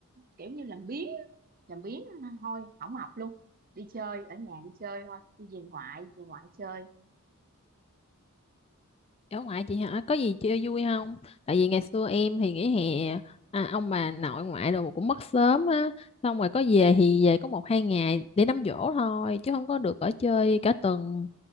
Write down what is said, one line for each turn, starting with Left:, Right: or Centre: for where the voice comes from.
Right: kiểu như làm biếng á, làm biếng á, thôi không học luôn đi chơi ở nhà đi chơi thôi đi về ngoại về ngoại chơi
Left: Ở ngoại chị hả? Có gì chơi vui không? Tại vì ngày xưa em thì nghỉ hè à, ông bà nội ngoại đồ cũng mất sớm á. Xong rồi có về thì về có một hai ngày để đám giỗ thôi chứ không có được ở chơi cả tuần,